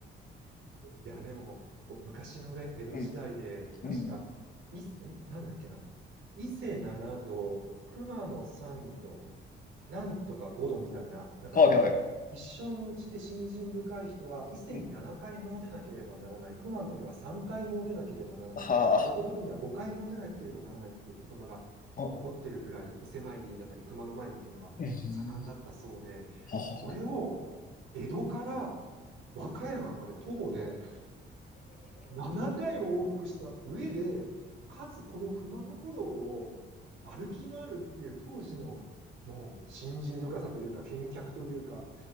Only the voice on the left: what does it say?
う。<laughs> うん。
うん。
はいはい。
うん。
はあ。
あ
うん。はあ